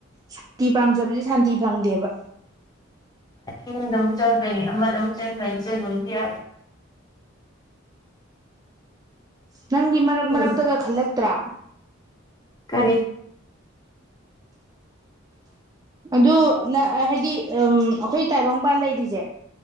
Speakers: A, on the right; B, on the left.
A: ꯁꯥꯟꯇꯤ ꯄꯥꯝꯖꯕꯗꯤ ꯁꯥꯟꯇꯤ ꯐꯪꯗꯦꯕ
B: ꯏꯤꯡꯗꯧꯛ ꯆꯪꯈꯅꯤ ꯑꯃꯗꯧꯛ ꯆꯪꯒꯅꯤ ꯆꯠꯂ ꯌꯥ
A: ꯎ ꯅꯪꯒꯤ ꯃꯔꯛ ꯃꯔꯛꯇꯒ
B: ꯎꯝ
A: ꯈꯜꯂꯛꯇ꯭ꯔꯥ
B: ꯀꯔꯤ
A: ꯑꯗꯨ ꯅ ꯍꯥꯏꯗꯤ ꯎ ꯑꯩꯈꯣꯏ ꯇꯥꯏꯕꯪꯄꯥꯟ ꯂꯩꯔꯤꯁꯦ